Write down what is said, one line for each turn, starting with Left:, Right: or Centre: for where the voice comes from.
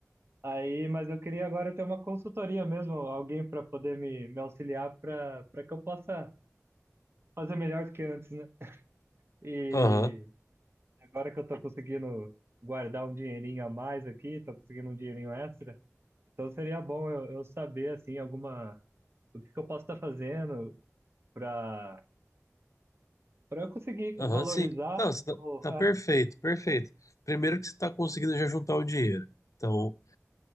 Right: aí, mas eu queria agora ter uma consultoria mesmo, alguém para poder me, me auxiliar para para que eu possa fazer melhor do que antes, né? E
Left: aham,
Right: agora que eu tô conseguindo guardar um dinheirinho a mais aqui, tô conseguindo um dinheirinho extra, então seria bom eu, eu saber, assim, alguma o que que eu posso estar fazendo para para eu conseguir
Left: aham,
Right: valorizar
Left: sim. Não, você tá,
Right: o
Left: tá
Right: ah,
Left: perfeito, perfeito. Primeiro que você tá conseguindo já juntar o dinheiro. Então,